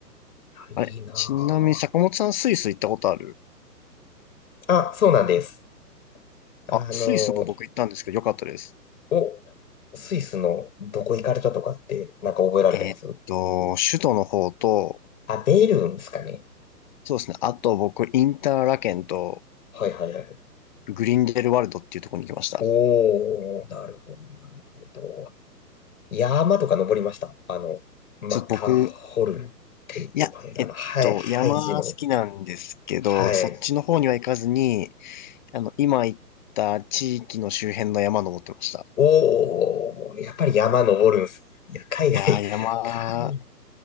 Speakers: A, on the left; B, on the left.
A: あいいな
B: あれ、ちなみに坂本さんスイス行ったことある
A: ぁあ、そうなんです。あの
B: あ、スイスも僕行ったんですけど良かったです。
A: お、スイスのどこ行かれたとかって、なんか覚えられてます
B: えーっと、首都の方と、
A: あ、ベルンですかね。
B: そうですね。あと僕、インターラケンと
A: はいはいはい。
B: グリンデルワルドっていうところに行きました。
A: おー、なるほど。山とか登りました。あの、マターホルンって呼ばれる、
B: そう、僕、いや、えっと、
A: あの、ハイ、ハイジの、
B: 山好きなんですけど、
A: はい。
B: そっちの方には行かずに、あの、今行った地域の周辺の山登ってました。
A: おー、やっぱり山登るんすね。いや、海外、
B: いやー、
A: 海
B: 山、
A: 外っ